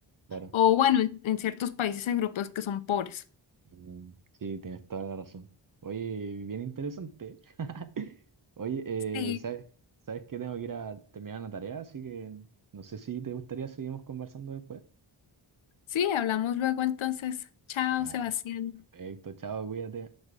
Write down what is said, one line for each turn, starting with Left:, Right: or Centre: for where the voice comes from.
Right: Claro.
Left: o bueno, en en ciertos países europeos que son pobres.
Right: Mm, Sí, tienes toda la razón. Oye, bien interesante. <laughs> Oye,
Left: Sí,
Right: eh, ¿sabes, sabes que tengo que ir a terminar una tarea? Así que no sé si te gustaría seguimos conversando después.
Left: sí, hablamos luego entonces. Chao,
Right: Ya,
Left: Sebastián.
Right: perfecto, chao, cuídate.